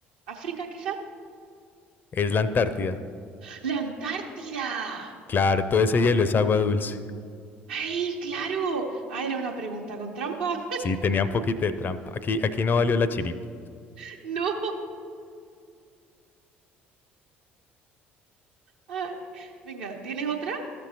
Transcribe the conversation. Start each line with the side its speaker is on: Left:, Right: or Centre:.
Right: África quizá.
Left: Es la Antártida.
Right: ¡La Antártida!
Left: Claro, todo ese hielo es agua dulce.
Right: ¡Ay, claro! Ah, era una pregunta con trampa.
Left: Sí, tenía un poquito de trampa. Aquí, aquí no valió la chiripa.
Right: <laughs> ¡No! Ay, venga, ¿tienes otra?